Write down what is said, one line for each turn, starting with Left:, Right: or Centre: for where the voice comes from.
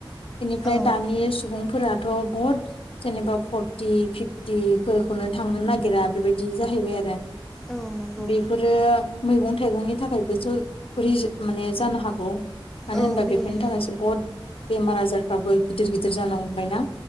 Left: बेनिफ्राय
Centre: औ
Left: दानि सुबुंफोरा थ' बहुद जेनेबा फर्टि फिफटिफोरखौनो थांनो नागिरा बेबायदि जाहैबाय आरो
Centre: औ नंगौ
Left: बेफोरो मैगं थाइगंनि नि थाखायबो ज र माने जानो हागौ मानो
Centre: औ
Left: होनबा
Centre: बे
Left: बेफोरनि थाखायसो बहुद बेमार आजारफ्राबो गिदिर गिदिर जानो हमबायना